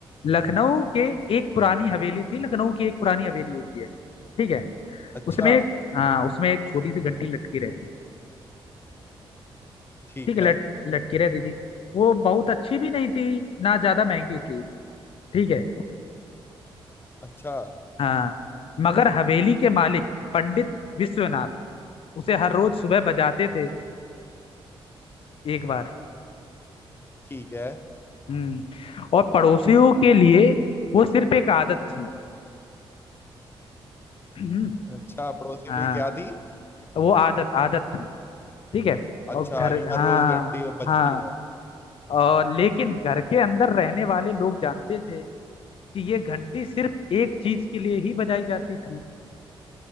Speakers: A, on the left (about 65°); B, on the left (about 20°).
A: लखनऊ के एक पुरानी हवेली थी लखनऊ की एक पुरानी हवेली होती है ठीक है
B: अच्छा
A: उसमें एक हाँ उसमें एक छोटी सी घंटी लटकी रहती
B: ठीक
A: ठीक है
B: है
A: लट लटकी रहती थी वो बहुत अच्छी भी नहीं थी ना ज्यादा महंगी थी ठीक है
B: अच्छा
A: हाँ मगर हवेली के मालिक पंडित विश्वनाथ उसे हर रोज सुबह बजाते थे एक बार
B: ठीक है
A: हम्म और पड़ोसियों के लिए वो सिर्फ एक आदत थी हम्म,
B: अच्छा पड़ोसी
A: हाँ
B: वाली क्या थी
A: तो वो आदत आदत थी ठीक है
B: अच्छा
A: और घर
B: आ गई हर
A: हाँ
B: रोज घंटी अब बजती
A: हाँ
B: है
A: और लेकिन घर के अंदर रहने वाले लोग जानते थे कि ये घंटी सिर्फ एक चीज के लिए ही बजाई जाती थी